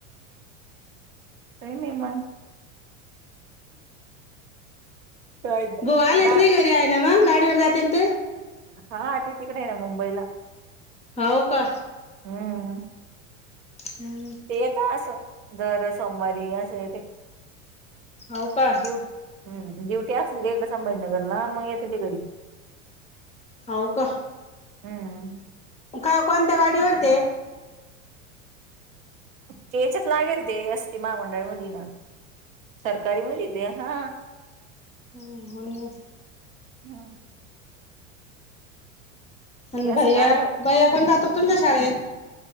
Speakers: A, on the right (about 70°); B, on the left (about 15°).
A: त नाही म. काय
B: बो आलेस
A: ना
B: नाही घरी आहे ना मग गाडीवर जाते ते.
A: हा आट तिकडे आहे ना मुंबईला.
B: होव का.
A: हम्म
B: हम्.
A: ते येत असं दर सोमवारी असं ते
B: हाव का?
A: ड्युट. हम् ड्युटी असेल का एकदा संभाजीनगरला मग येते ते घरी.
B: हो का.
A: हम्म.
B: काय कोणत्या गाडीवर ते.
A: केचच लागेल ते असती महामंडळ मुली ना सरकारी मुली ते हा.
B: हा म्हन.
A: हम.
B: आणि
A: ते असं
B: भैया
A: गाड्या
B: भैया पण जातो तुमच्या शाळेत